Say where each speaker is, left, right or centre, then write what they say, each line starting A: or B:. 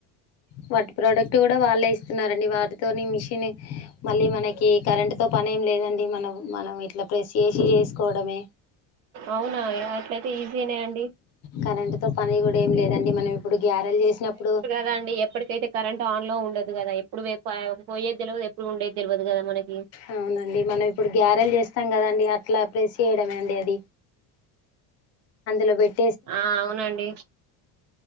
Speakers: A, on the left; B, on the right.
A: వాటి ప్రోడక్ట్ కూడా వాళ్ళే ఇస్తున్నారండి వాటితోని మిషన్ మళ్ళీ మనకి కరెంట్ తో పని ఏం లేదండి మనం మనం ఇట్లా ప్రెస్ చేసి చేసుకోవడమే
B: అవునా అట్లయితే ఈజీనే అండి
A: కరెంట్ తో పని కూడా ఏం లేదండి మనం ఇప్పుడు గ్యారలు చేసినప్పుడు
B: కద అండి ఎప్పటికైతే కరెంట్ ఆన్ లో ఉండదు కదా ఎప్పుడు పోయేది తెలవదు ఎప్పుడు ఉండేది తెలవదు కదా మనకి
A: అవునండి మనం ఇప్పుడు గ్యారెల్ చేస్ తం కదండి అట్లా ప్రేస్ చేయడమే అండి అది ల పెట్
B: ఆ అవునండి